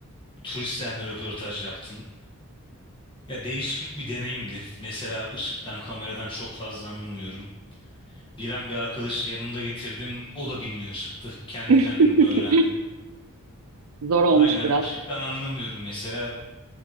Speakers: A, on the left (about 20°); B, on the right (about 80°).
A: Turistlerle röportaj yaptım. Ya değişik bir deneyimdi. Mesela ışıktan, kameradan çok fazla anlamıyorum. Bilen bir arkadaşı yanımda getirdim. O da bilmiyor çıktı. Kendi
B: <laughs>
A: kendime öğrendim.
B: Zor olmuş
A: Aynen
B: biraz.
A: ışıktan anlamıyorum mesela.